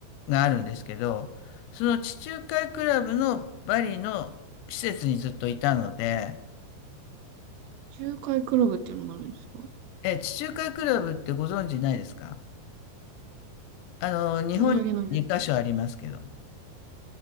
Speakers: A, on the left (about 80°); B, on the right (about 80°).
A: があるんですけど、その地中海クラブのバリの施設にずっといたので、
B: 仲介クラブっていうのがあるんですか
A: え、地中海クラブってご存知ないですかあの、日本に2カ所ありますけど。
B: 申し訳ないです。